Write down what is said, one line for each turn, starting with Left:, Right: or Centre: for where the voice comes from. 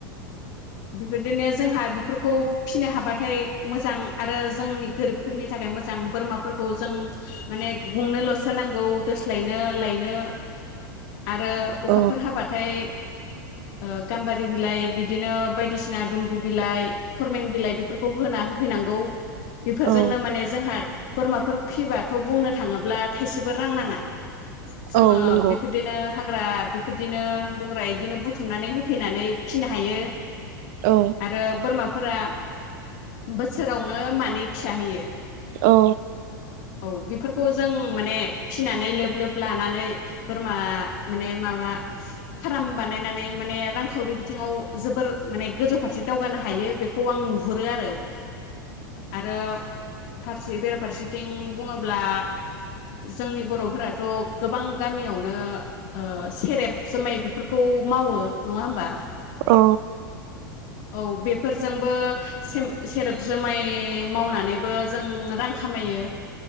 Left: बेबायदिनो जोंहा बेफोरखौ फिसिनो हाबाथाय मोजां आरो जोंनि गोरिबफोरनि थाखाय मोज मोजां बोरमाफोरखौ जों माने गुंनोलसो नांगौ दोस्लायनो लायनो। आरो अखाफोर
Right: औ
Left: हाबाथाय ओ गाम्बारि बिलाइ बिदिनो बायदिसिना दुमब्रु बिलाइ खरमें बिलाइ बेफोरखौ होना होफैनांगौ। बेफोरजोंनो
Right: औ
Left: माने जोंहा बोरमाफोर फिसिबाथ' बुंनो थाङोब्ला थाइसेबो रां नाङा जोङो
Right: औ नंगौ
Left: बेफोरदिनो हाग्रा बेफोरदिनो बंग्रा बिदिनो बुथुमनानै हो फैनानै फिसिनो हायो
Right: औ
Left: आरो बोरमा फोरा बोसोरावनो मानै फिसा होयो ।
Right: औ।
Left: औ बेफोरखौ जों माने फिसिनानै लोब लोब लानानै बोरमा माने माबा फाराम बानायनानै माने रां खावरि बिथिङाव जोबोर माने गोजौ फारसे दावगानो हायो बेखौ आं नुहुरो आरो। आरो फारसे बेराफारसेथिं बुङोब्ला जोंनि बर'फोराथ' गोबां गामियावनो ओ सेरेब जुमाय बेफोरखौ मावो नङा होमबा?
Right: औ
Left: औ बेफोरजोंबो सेम सेरेब जोमाय मावनानैबो जों रां खामायो।